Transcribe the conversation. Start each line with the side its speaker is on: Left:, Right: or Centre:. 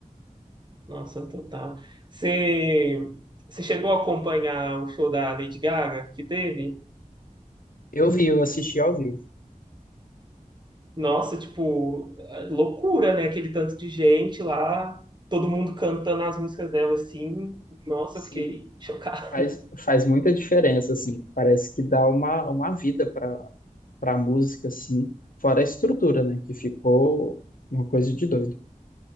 Right: Nossa, total. Você, você chegou a acompanhar o show da Lady Gaga que teve?
Left: Eu vi, eu assisti ao vivo.
Right: Nossa, tipo, é loucura, né? Aquele tanto de gente lá, todo mundo cantando as músicas dela assim. Nossa,
Left: Sim,
Right: eu fiquei chocado.
Left: faz, faz muita diferença, assim. Parece que dá uma, uma vida para para a música, assim. Fora a estrutura, né? Que ficou uma coisa de doido.